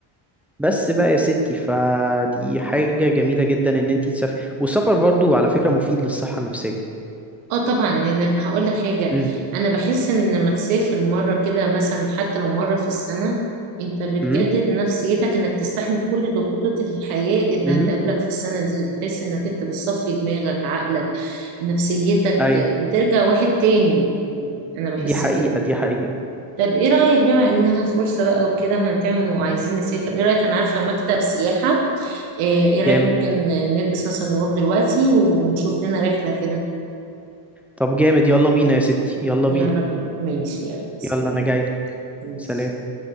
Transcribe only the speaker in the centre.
بس بقى يا ستي فدي حاجة جميلة جدا ان انتي تسافري والسفر برضو على فكرة مفيد للصحة النفسية
امم
امم
امم
ايوه
دي حقيقة
دي حقيقة
جامد
طب جامد يلا بينا يا ستي يلا
بينا
يلا انا جايلك
سلام